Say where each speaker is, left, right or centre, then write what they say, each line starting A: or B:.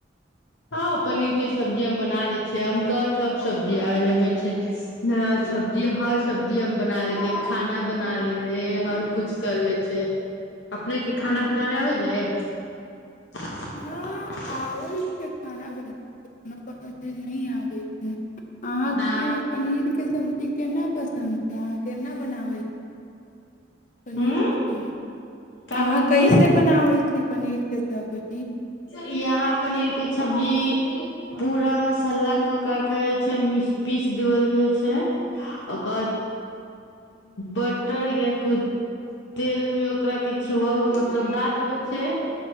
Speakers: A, on the left; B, on the left.
A: हँ पनीर के सब्जी हम बना ले छियै हम कह सब सब्जी आे छै सब्जी हर सब्जी हम बना लेलियै खाना बना लेले हर कछ कर ले छ अपने के खाना बनाबे आबे <unintelligible>
B: हँ आबै छै खाना बना को कोनो नहि आबै छै अहाँके
A: न
B: पनीर के सब्जी केना पसन्द छै अहाँ केना बनाबै पनीरनी
A: हूँ का बोलै
B: अहाँ कैसे
A: छियै
B: बनाबै छी पनीर के सबाबुज
A: यहाँ पनीर के सब्जी पूरा मसाला के ओक के छै पीस देल जाइ छै अकाय बटर या कछ तेल मे ओकरा किछ मतलब डाल देब छै